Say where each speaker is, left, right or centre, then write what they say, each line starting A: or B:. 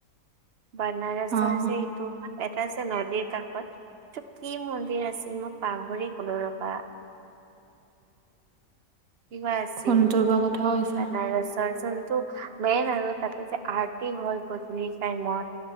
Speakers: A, on the right; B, on the right.
A: বনৰাজৰ
B: অ',
A: যে তোৰ এটা যে নদীৰ কাষত তোৰ কি মন্দিৰ আছিল মই পাহৰি গলো ৰ'বা। কিবা আছিল।
B: ফোনটোৰ পৰা কথা কৈছা
A: বনৰাজৰ যোনটো মেইন আৰু তা'তে যে আৰ্টি হয়, গধূলি টাইমত